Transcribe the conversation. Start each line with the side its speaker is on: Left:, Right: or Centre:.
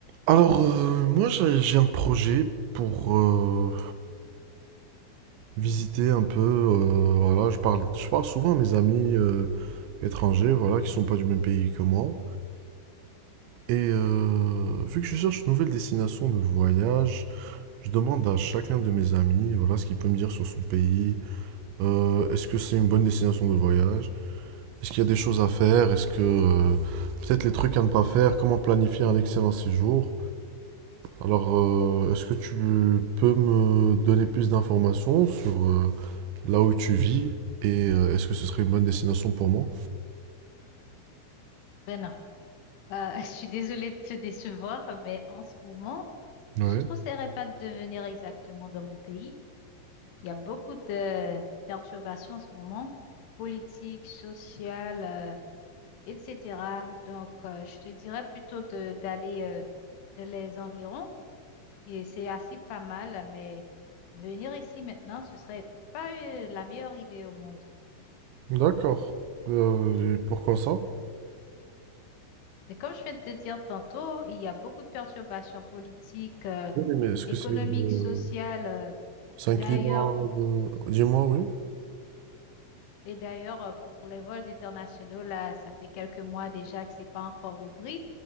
Right: Alors, euh, moi, j'ai j'ai un projet pour euh, visiter un peu. euh, voilà, je parle, je parle souvent à mes amis euh, étrangers, voilà, qui sont pas du même pays que moi. Et euh, vu que je cherche une nouvelle destination de voyage, je demande à chacun de mes amis, voilà, ce qu'il peut me dire sur son pays. Euh, est-ce que c'est une bonne destination de voyage? Est-ce qu'il y a des choses à faire? Est-ce que euh, peut-être les trucs à ne pas faire? Comment planifier un excellent séjour? Alors, euh, est-ce que tu peux me donner plus d'informations sur euh, là où tu vis et euh, est-ce que ce serait une bonne destination pour moi?
Left: Ben non, Euh, <laughs> je suis désolée de te décevoir, mais en ce moment,
Right: Ouais.
Left: je ne conseillerais pas de venir exactement dans mon pays. Il y a beaucoup de perturbations en ce moment, politiques, sociales, euh, etc. Donc, euh, je te dirais plutôt de d'aller euh, dans les environs. Et c'est assez pas mal, mais venir ici maintenant, ce serait pas euh, la meilleure idée au monde.
Right: D'accord. Euh, et pourquoi ça?
Left: Mais comme je viens de te dire tantôt, il y a beaucoup de perturbations politiques. euh,
Right: Oui, mais est-ce
Left: économique,
Right: que c'est une-
Left: sociale.
Right: c'est un climat
Left: D'ailleurs,
Right: de... Dis-moi, oui.
Left: et d'ailleurs, euh, pour les vols internationaux, là, ça fait quelques mois déjà que c'est pas encore ouvert